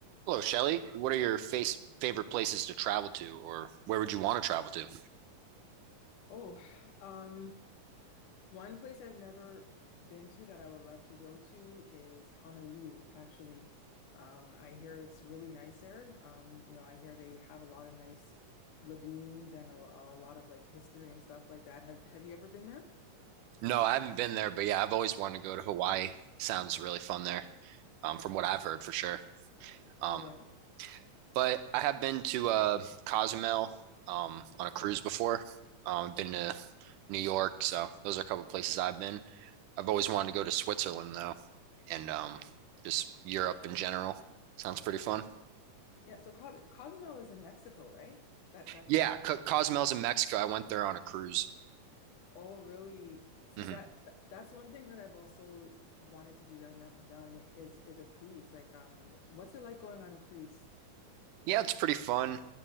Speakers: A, on the right; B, on the left.
A: Hello, Shelly. What are your face favorite places to travel to, or where would you want to travel to?
B: Oh, um, one place I've never been to that I would love to go to is Honolulu, actually. Um, I hear it's really nice there. Um, you know, I hear they have a lot of nice lagoons and a, a lot of like history and stuff like that. Have Have you ever been there?
A: No, I haven't been there, but yeah, I've always wanted to go to Hawaii. Sounds really fun there, um, from what I've heard for sure. Um,
B: Oh yeah.
A: but I have been to uh, Cozumel um, on a
B: Cool.
A: cruise before. Um, I've been to New York, so those are a couple places I've been. I've always wanted to go to Switzerland though, and um, just Europe in general. Sounds pretty fun.
B: Yeah, so Co Cozumel is in Mexico, right? That that's
A: Yeah,
B: a part
A: Co
B: of
A: Cozumel's in Mexico. I went there on a cruise.
B: Oh, really? See
A: Mhm.
B: that that- that's one thing that I've also wanted to do that I've never done is is a cruise. Like um what's it like going on a cruise?
A: Yeah, it's pretty fun.